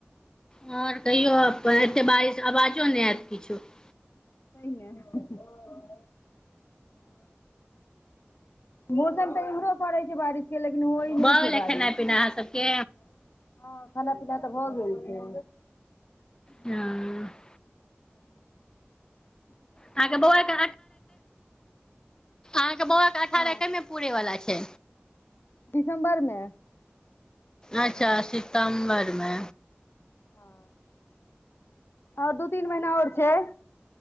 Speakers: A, on the left; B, on the left.
A: हं तयो एएते बारिश आवाजो नहि आयत किछु। <unintelligible>
B: पहिने। <unintelligible> मौसम तऽ इम्हरो पड़ै छै, बारिश के लेकिन होइ
A: भऽ
B: नहि छै
A: गेलै
B: बारिश।
A: खेनाइ पिनाइ अहाँ सबके
B: <unintelligible> हँ खाना पीना तऽ भऽ गेल छै
A: हँ। <unintelligible>
B: हूँ हूँ हूँ। <unintelligible>
A: अहाँके बौआके अठारहकहिया
B: हँ
A: पूरैय वला छय।
B: दिसम्बरमे।
A: अच्छा सितम्बर मे
B: हँ आओ दू तीन महिना आओर छै।